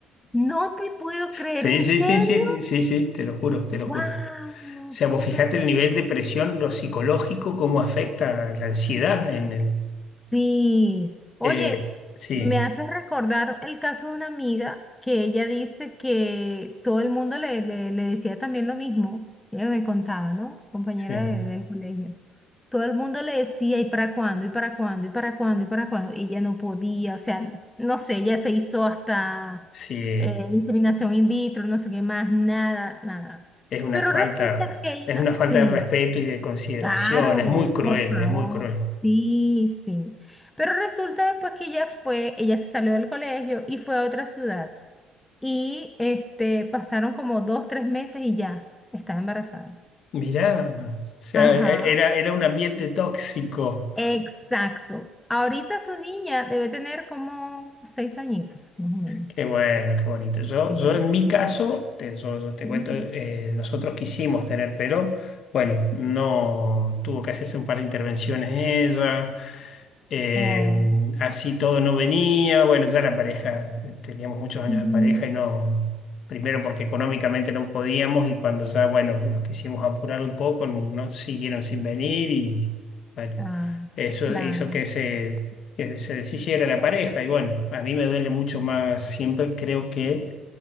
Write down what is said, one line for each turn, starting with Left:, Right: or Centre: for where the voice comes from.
Centre: No te puedo creer,
Left: Sí,
Centre: ¿en
Left: sí,
Centre: serio?
Left: sí, sí, sí, sí, sí, te lo juro, te lo
Centre: Wow,
Left: juro. O sea,
Centre: qué
Left: vos
Centre: maravilla.
Left: fijate el nivel de presión, lo psicológico, cómo afecta la ansiedad en el...
Centre: Sí, oye,
Left: eh, sí,
Centre: me hace recordar el caso de una amiga que ella dice que todo el mundo le, le- le decía también lo mismo. Ella me contaba, ¿no? Compañera
Left: sí,
Centre: de- del colegio. Todo el mundo le decía, ¿y para cuándo? ¿Y para cuándo? ¿Y para cuándo? ¿Y para cuándo? Y ella no podía, o sea, n- no sé, ella se hizo hasta
Left: sí,
Centre: eh, inseminación in vitro, no sé qué más, nada, nada.
Left: es una
Centre: Pero
Left: falta,
Centre: resulta que ella,
Left: es una falta
Centre: sí.
Left: de respeto y de consideración,
Centre: Claro,
Left: es muy cruel,
Centre: por favor,
Left: es muy cruel.
Centre: sí, sí. Pero resulta después que ella fue, ella se salió del colegio y fue a otra ciudad. Y este, pasaron como dos, tres meses y ya estaba embarazada.
Left: Mirá, o sea,
Centre: Ajá,
Left: e- era, era un ambiente tóxico.
Centre: exacto. Ahorita su niña debe tener como seis añitos, más o menos.
Left: Qué bueno, qué bonito. Yo,
Centre: Sí,
Left: yo en mi
Centre: sí.
Left: caso, te, yo- yo te
Centre: Ujú.
Left: cuento, eh, nosotros quisimos tener, pero bueno, no tuvo que hacerse un par de intervenciones ella, eh,
Centre: Oh,
Left: así todo no venía, bueno, ya la pareja, eh, teníamos muchos años
Centre: ujú.
Left: de pareja y no, primero porque económicamente no podíamos y cuando ya, bueno, nos quisimos apurar un poco, no siguieron sin venir y bueno,
Centre: Ay,
Left: eso
Centre: claro.
Left: hizo que se que se deshiciera la pareja. Y bueno, a mí me duele mucho más, siempre creo que,